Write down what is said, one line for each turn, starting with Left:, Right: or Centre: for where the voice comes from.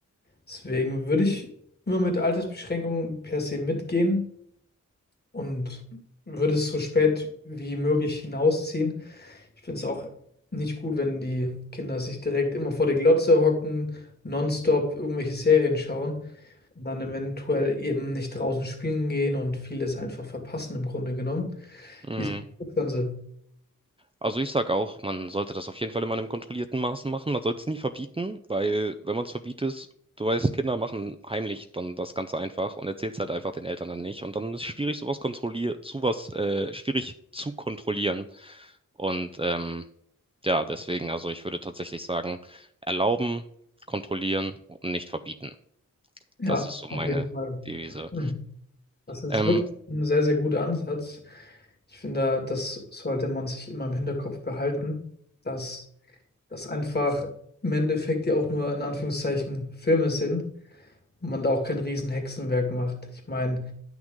Left: Deswegen würde ich immer mit Altersbeschränkungen per se mitgehen und würde es so spät wie möglich hinausziehen. Ich finde es auch nicht gut, wenn die Kinder sich direkt immer vor die Glotze hocken, nonstop irgendwelche Serien schauen und dann eventuell eben nicht draußen spielen gehen und vieles einfach verpassen im Grunde genommen.
Right: Mhm.
Left: Wie ist das Ganze?
Right: Also ich sag auch, man sollte das auf jeden Fall immer in einem kontrollierten Maßen machen. Man sollte es nie verbieten, weil wenn man es verbietet, du weißt, Kinder machen heimlich dann das Ganze einfach und erzählen es halt einfach den Eltern dann nicht. Und dann ist es schwierig, sowas kontrollier zu was, äh, schwierig zu kontrollieren. Und ähm, ja, deswegen, also ich würde tatsächlich sagen, erlauben, kontrollieren und nicht verbieten.
Left: Ja,
Right: Das ist so meine
Left: auf jeden Fall.
Right: Devise.
Left: Hm. Das ist
Right: Ähm,
Left: wirklich ein sehr, sehr guter Ansatz. Ich finde, das sollte man sich immer im Hinterkopf behalten, dass das einfach im Endeffekt ja auch nur in Anführungszeichen Filme sind und man da auch kein riesen Hexenwerk macht. Ich meine,